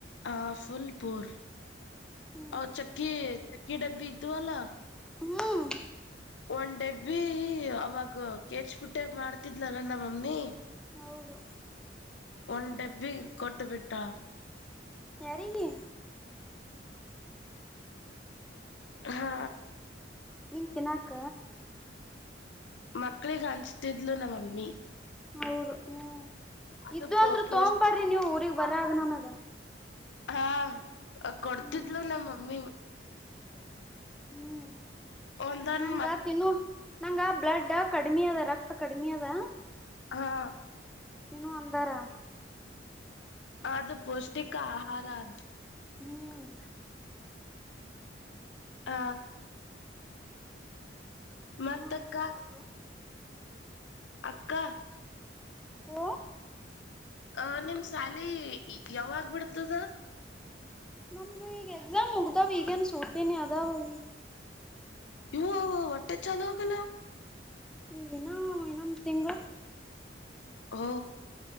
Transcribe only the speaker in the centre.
ಹ್ಮ್
ಹ್ಮ್
ಹೌದು
ಯಾರಿಗೆ
ನೀಂಗ ತಿಿನಾಕ
ಹೌದು ಹ್ಮ
ಇದದು ಅಂದ್ರರು
ತಗಂಬರ್ರಿ ನೀವು್ ಊರಿಗ್ ಬರ ಆಗನನಗ
ಹ್ಮ್
ಹ್ಮ್
ನಂಗ
ತಿನ್ನು ನಂಗ ಬ್ಲಡ್ ಕಡಿಮೆ ಅದ ರಕ್ತ ಕಡಿಮಿ ಅದ
ತಿನು ಅಂದಾರ
ಹ್ಮ್
ಏನು ಅಂತ ಅವ
ಹ್ಮ
ನಮ್ದು ಈಗ ಎಕ್ಸಾಮ್ ಮುಗ್ದಾವ ಈಗನ್ ಸೋಟೇನೆ ಅದಾವ ಅವೀ
ಈಿನ ಇನ್ನಮ್ಮ ತಿಂಗಳು